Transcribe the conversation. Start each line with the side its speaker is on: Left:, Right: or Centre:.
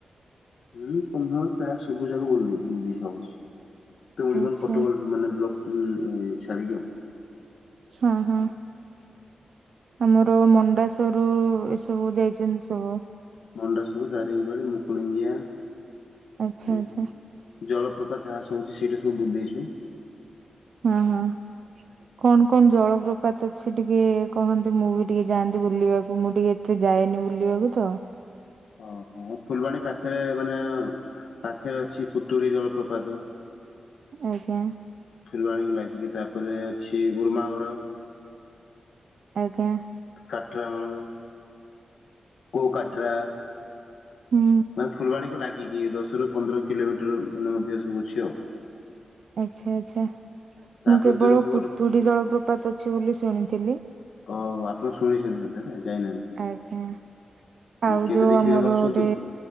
Left: ମୁଁ କନ୍ଧମାଳ ପ୍ରାୟ ସବୁ ଜାଗା ବୁ ବୁଲି ଦେଇ ଦେଇଛି ଅବଶ୍ୟ, <unintelligible>
Right: ଆଚ୍ଛା
Left: କଟକ ମାନେ ବ୍ଲକ ହୁଁ, ଛାଡିକି ଆଉ।
Right: ହଁ ହଁ, ଆମର ମଣ୍ଡାସରୁ ଏ ସବୁ ଯାଇଚନ୍ତି ସବୁ।
Left: ମଣ୍ଡାସୁରୁ ଦାରିଙ୍ଗି ବାଡ଼ି, ମୁକୁଳିଙ୍ଗିଆ
Right: ଆଛା
Left: ତେ
Right: ଆଛା।
Left: ଜଳପ୍ରପାତ ଯାହା ସବୁ ଅଛି, ସେଇଟା ସବୁ ବୁଲିଦେଇଛୁ।
Right: ହଁ ହଁ, କଣ କଣ ଜଳପ୍ରପାତ ଅଛି? ଟିକେ କହନ୍ତି, ମୁଁ ବି ଟିକେ ଯାଆନ୍ତି ବୁଲିବାକୁ, ମୁଁ ଟିକେ ଏତେ ଯାଏନି ବୁଲିବାକୁ ତ।
Left: ଓହୋ, ହଁ, ଫୁଲବାଣୀ ପାଖରେ ମାନେ ପାଖରେ ଅଛି ପୁଟୁଳି ଜଳପ୍ରପାତ।
Right: ଆଜ୍ଞା।
Left: ଫୁଲୁବାଣୀକୁ ଲାଗିକି, ତାପରେ ଅଛି ଉର୍ମାଗଡ଼
Right: ଆଜ୍ଞା।
Left: କାଟ୍ର, <unintelligible> କୋଉ କାଟ୍ରା
Right: ହୁଁ।
Left: ଫୁଲବାଣୀକୁୁ ଲାଗିକି, ଦଶରୁ ପନ୍ଦର କିଲୋମିଟର ମାନେ ମଧ୍ୟ ସବୁ ଅଛି ଆଉ।
Right: ଆଛା, ଆଛା,
Left: ତାପରେ
Right: ମୁଁ କେବଳ
Left: ଦୂରକୁ ଗଲେ
Right: ପୁତୁଡି ଜଳପ୍ରପାତ ଅଛି ବୋଲି ଶୁଣିଥିଲି।
Left: ଓ ଆପଣ ଶୁଣିଚନ୍ତି ତାହେଲେ ଯାଇନାହାନ୍ତି।
Right: ଆଜ୍ଞା,
Left: କେବେ
Right: ଆଉ ଯୋଉ
Left: ଦେଖିବାକୁ
Right: ଆମର
Left: ଆସନ୍ତୁ
Right: ଗୋଟେ